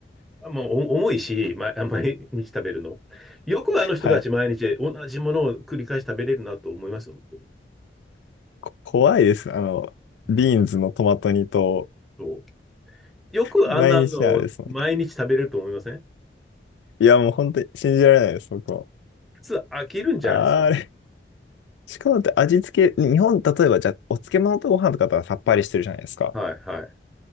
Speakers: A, in the centre; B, on the left (about 80°).
A: あ、もうお重いし、ま、<laughs> 毎日食べるの。よくあの人たち毎日同じものを繰り返し食べれるなと思いますよ。
B: はい。
A: 本当に
B: 怖いです。あの、
A: うん。
B: ビーンズのトマト煮と、
A: そう。よくあんなの毎日食べれると思いません
B: 毎日ね、あれですもんね。いや、もう本当に信じられないです、僕も。
A: 普通飽きるんじゃないですか
B: あーあれ。しかもだって味付け、日本、例えばじゃあ、お漬物とご飯とかだったらさっぱりしてるじゃないですか。
A: はい、はい。